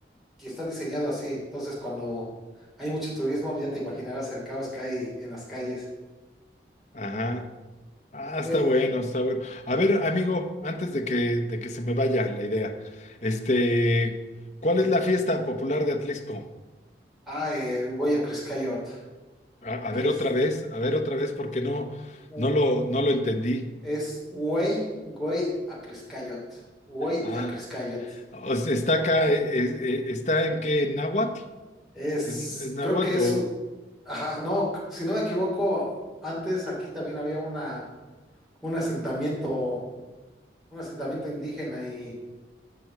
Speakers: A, in the centre; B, on the left.
A: y está diseñado así. Entonces, cuando hay mucho turismo, ya te imaginarás el caos que hay en las calles.
B: Ajá. Ah, está
A: Eh,
B: bueno, está bueno. A ver, amigo, antes de que, de que se me vaya la idea, este, ¿cuál es la fiesta popular de Atlisco?
A: ah, el Güey Acriscayot,
B: A,
A: que
B: a ver
A: es,
B: otra vez, a ver otra vez, porque no,
A: u-
B: no lo, no lo entendí.
A: es Güey, Güey Acriscayot. Güey
B: Ah,
A: Acriscayot.
B: o sea, está acá, eh, eh, eh, ¿está en qué? ¿En náhuatl?
A: Es,
B: ¿Es, es náhuatl
A: creo que es,
B: o...?
A: u- ajá, no, si no me equivoco, antes aquí también había una, un asentamiento, un asentamiento indígena y.